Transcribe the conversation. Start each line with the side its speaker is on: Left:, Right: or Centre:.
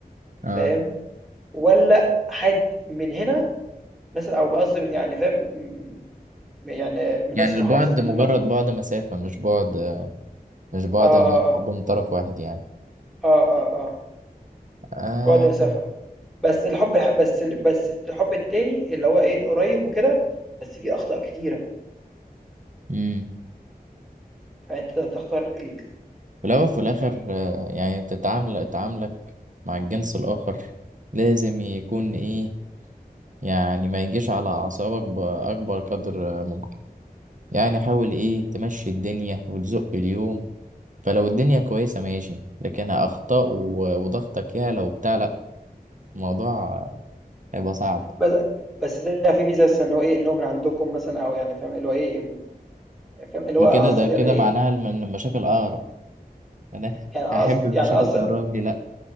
Right: اه
Centre: فاهم ولا حد من هنا مثلًا أو قصدي يعني فاهم م يعني من
Right: يعني
Centre: نفس
Right: البعد
Centre: محافظة
Right: مجرد
Centre: من آه،
Right: بعد مسافة مش بعد مش بعد
Centre: آه،
Right: ان
Centre: آه،
Right: هو حب من طرف واحد يعني
Centre: آه، آه، آه،
Right: آه.
Centre: بُعد مسافة، بس الحُب الح بس ال بس الحُب التاني اللي هو إيه، القريّب وكده، بس فيه أخطاء كتيرة،
Right: امم
Centre: فأنت تختار إيه؟
Right: في الاول وفي الاخر آه، يعني تتعامل تعاملك مع الجنس الاخر لازم يكون ايه يعني ما يجيش على اعصابك باكبر قدر ممكن يعني حاول ايه تمشي الدنيا وتزق اليوم فلو الدنيا كويسة ماشي لكن أخطاء و- وضغطك يا لو بتاع لأ الموضوع هيبقى صعب
Centre: بس بس ده فيه ميزة مثلًا إن هو إيه، إن هو من عندكم مثلًا أو يعني فاهم اللي هو إيه، فاهم اللي
Right: ما
Centre: هو
Right: كده
Centre: أقصد
Right: ده كده
Centre: يعني إيه،
Right: معناها الم- إن المشاكل أقرب أنا
Centre: يعني
Right: <laughs>
Centre: أقص
Right: أحب المشاكل
Centre: يعني أقصد
Right: تقرب لي لأ